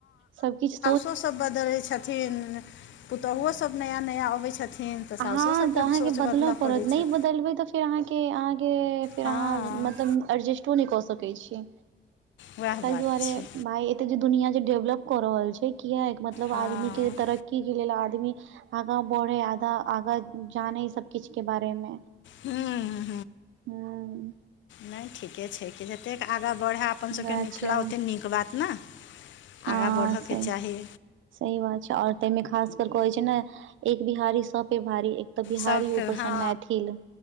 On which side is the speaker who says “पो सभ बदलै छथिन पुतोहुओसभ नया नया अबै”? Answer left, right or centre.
Left